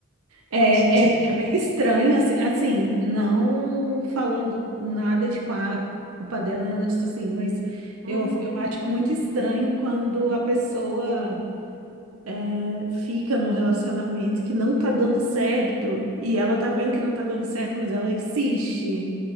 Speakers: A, on the right; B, on the right.
A: É,
B: A gente.
A: é, é meio estranho, assim, assim, não falando nada, tipo, a culpa dela, nem nada disso assim, mas
B: Uhum,
A: eu, eu acho muito estranho quando a pessoa é, fica num relacionamento que não tá dando certo e ela tá vendo que não tá dando certo, mas ela insiste,